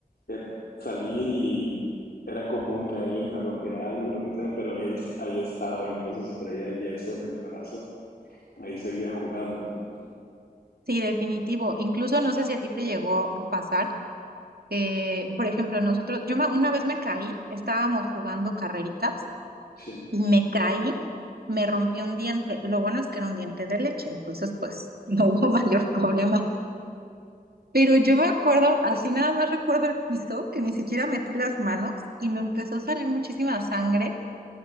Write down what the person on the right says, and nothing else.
Sí, definitivo. Incluso no sé si a ti te llegó a pasar que, por ejemplo, nosotros, yo me- una vez me caí, estábamos jugando carreritas
y me caí, me rompí un diente. Lo bueno es que era un diente de leche, entonces pues no hubo <laughs> mayor problema. Pero yo me acuerdo, así nada más recuerdo el piso, que ni siquiera metí las manos y me empezó a salir muchísima sangre.